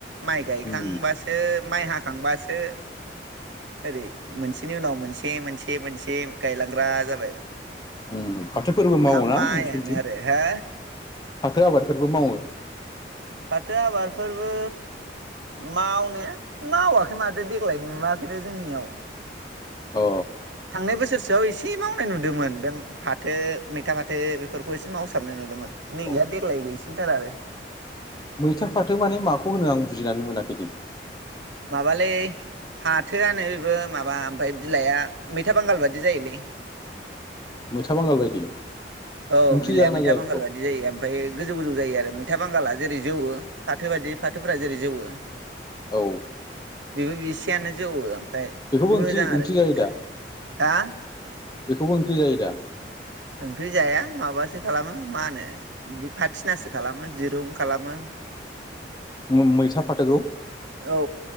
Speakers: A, on the right; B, on the left.
A: माइ गायखांबासो
B: उम
A: माइ हाखांबासो ओरै मोनस इनि उनाव मोनसे-मोनसे-मोनसे गायलांग्रा जाबाय
B: उम फाथो फोरबो मावो
A: दा
B: ना
A: माइयानो
B: नोंसोरनिथिं?
A: आरो हो
B: फाथो आबादफोरबो मावो।
A: फाथो आबादफोरबो मावनाया मावाखै मादो देग्लाय नुवाखैनो जोंनियाव
B: अ
A: थांनाय बोसोरस जाव एसे मावनाय नुदोमोन बे फाथो मैथा फाथो बेफोरखौ एसे मावसाबनाय नुदोमोन। नै
B: अ
A: गैया देग्लाय गैसिनथारा आरो
B: मैथा फाथो माने माखौ होनो आं बुजिनानै मोनाखै दै
A: माबालै फाथोआनो बो माबा ओमफाय बिलाइआ मैथा बांगाल बायदि जायोलै।
B: <unintelligible> मैथा बांगाल बायदि
A: औ
B: ओंख्रि
A: बिलाइआ
B: जागोन ना
A: मैथा
B: जाया
A: बांगाल
B: बेखौ
A: बायदि जायो ओमफायो गोजौ गोजौ जायो आरो मै था बांगाला जेरै जौवो फाथो बायदि फाथोफोरा जेरै जौवो
B: औ
A: बेबो बिसेयानो जौवो ओमफाय
B: बेखौबो
A: मोजां
B: ओंख्रि ओंख्रि
A: आरो बे
B: जायो दा
A: हा
B: बेखौबो ओंख्रि जायो दा?
A: ओंख्रि जाया माबासो खालामो मा होनो बे फाथिनासो खालामो दिरुं खालामो।
B: उम मैथा फाथोखौ
A: औ